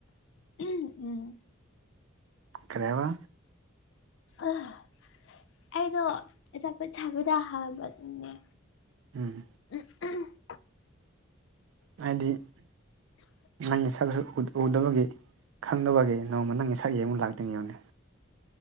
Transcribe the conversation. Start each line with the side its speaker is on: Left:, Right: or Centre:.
Left: ꯎꯝ ꯎꯝ
Right: ꯀꯔꯤ ꯍꯥꯢꯕ
Left: ꯑꯥ ꯑꯩꯗꯣ ꯑꯆꯥꯄꯣꯠ ꯆꯥꯕꯗ ꯍꯥꯕꯅꯦ
Right: ꯎꯝ
Left: <unintelligible>
Right: ꯍꯥꯏꯗꯤ ꯅꯪꯒꯤ ꯁꯛꯁꯨ ꯎꯗ ꯎꯗꯕꯒꯤ ꯈꯪꯗꯕꯒꯤ ꯅꯣꯡꯃ ꯅꯪꯒꯤ ꯁꯛ ꯌꯦꯡꯕ ꯂꯥꯛꯇꯨꯅꯦꯃꯤ